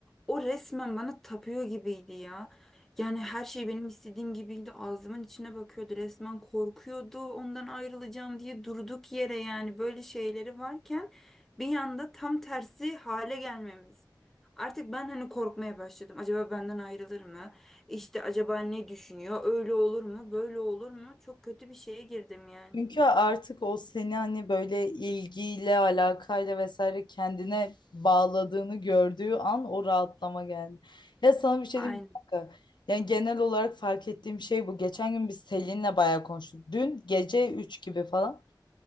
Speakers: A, in the centre; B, on the left.
A: O resmen bana tapıyor gibiydi ya. Yani her şey benim istediğim gibiydi. Ağzımın içine bakıyordu. Resmen korkuyordu. Ondan ayrılacağım diye durduk yere yani böyle şeyleri varken bir anda tam tersi hale gelmemiz. Artık ben hani korkmaya başladım. Acaba benden ayrılır mı? İşte acaba ne düşünüyor? Öyle olur mu? Böyle olur mu? Çok kötü bir şeye girdim yani.
B: Çünkü artık o seni hani böyle ilgiyle, alakayla vesaire kendine bağladığını gördüğü an o rahatlama geldi. Ya sana bir şey
A: Aynen.
B: diyeyim mi kanka? Yani genel olarak fark ettiğim şey bu. Geçen gün biz Selin'le bayağı konuştuk. Dün gece 3 gibi falan.